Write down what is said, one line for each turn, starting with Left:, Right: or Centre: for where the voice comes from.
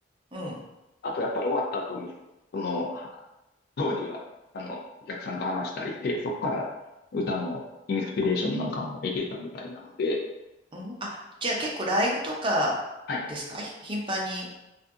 Right: うん、
Left: あとやっぱり終わった後に、その、当時は、あの、お客さんと話したりして、そこから歌のインスピレーションなんかも得てたみたいなので、
Right: うん。あ、じゃあ結構ライブとか
Left: はい。
Right: ですかひ頻繁に、